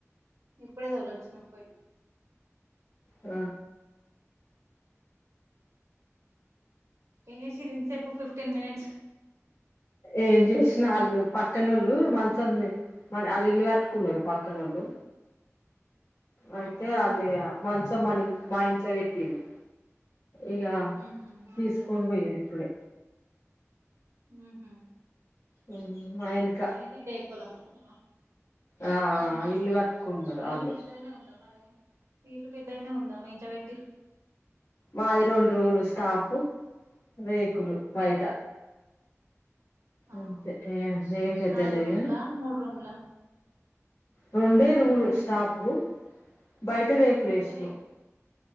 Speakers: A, on the right (about 70°); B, on the left (about 80°).
A: ఇప్పుడే వదిలి వచ్చిన పోయి
B: ఆ
A: ఏం చేసిర్రు ఇంతసేపు ఫిఫ్టీన్ మినిట్స్
B: ఏం చేసినా వాళ్ళు పక్కనోళ్ళు మంచం మ ఆళ్ళు ఇల్లు కట్టుకున్నారు పక్కనోళ్ళు అయితే ఆళ్ళిగ మంచం మనం మా ఇంట్లో పెట్టింది ఇగ
A: ఊహు
B: తీసుకొని
A: అట్లనా
B: పోయిరు ఇప్పుడే
A: ఉహు
B: ఉ ఆయన్
A: ఏది డేకులమమ్మ
B: ఆ
A: అవునా
B: ఇల్లు కట్టుకున్నారు
A: ని
B: వాళ్ళు
A: ఇల్లు పెద్దగానే ఉందా మరి ని ఇల్లు పెద్దగనే ఉందా మీ ఇంట్లో పెట్టిరు
B: మాది రెండు రూములు స్టాపు రేకులు బయట
A: ఆ ఆహా
B: అంతే ఏ ఏం పెద్ద
A: నాలుగు
B: లేదు
A: రూమ్లా
B: గాని
A: మూడు రూమ్లా
B: రొండే రూలు స్టాపు బయట రేకులు
A: బయట
B: యేసినవ్